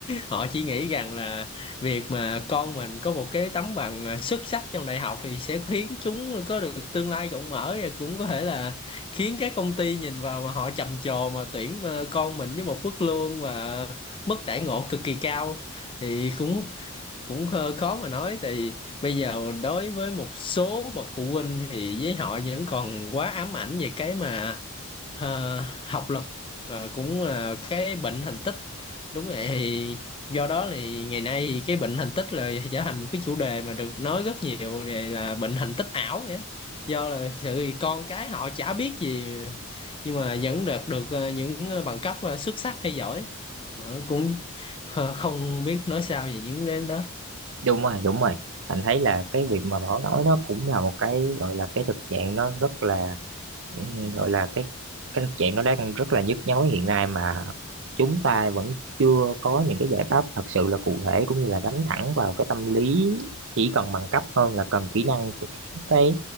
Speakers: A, on the left; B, on the right.
A: họ chỉ nghĩ rằng là việc mà con mình có một cái tấm bằng ờ, xuất sắc trong đại học thì sẽ khiến chúng có được tương lai rộng mở và cũng có thể là khiến các công ty nhìn vào mà họ trầm trồ mà tuyển ờ, con mình với một mức lương và mức đãi ngộ cực kỳ cao thì cũng cũng khó khó mà nói thì bây giờ đối với một số bậc phụ huynh thì với họ vẫn còn quá ám ảnh về cái mà Ờ, học lực ờ, cũng là cái bệnh thành tích đúng vậy thì do đó thì ngày nay thì cái bệnh thành tích là trở thành một cái chủ đề mà được nói rất nhiều về là bệnh thành tích ảo vậy á. do là sự con cái họ chả biết gì nhưng mà vẫn được được ờ, những ờ, bằng cấp ờ, xuất sắc hay giỏi mà cũng kh- không biết nói sao về những đến đó
B: đúng rồi đúng rồi anh thấy là cái việc mà Bảo nói nó cũng là một cái gọi là cái thực trạng nó rất là Ừm, gọi là cái cái thực trạng nó đang rất là nhức nhối hiện nay mà chúng ta vẫn chưa có những cái giải pháp thật sự là cụ thể cũng như là đánh thẳng vào cái tâm lý chỉ cần bằng cấp hơn là cần kỹ năng của những cái